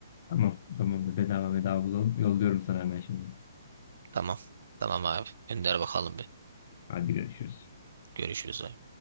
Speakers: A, on the left; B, on the right.
A: Tamam. Tamam. Bedava bedava bulalım. Yolluyorum sana hemen şimdi.
B: Tamam. Tamam abi. Gönder bakalım bir.
A: Hadi görüşürüz.
B: Görüşürüz abi.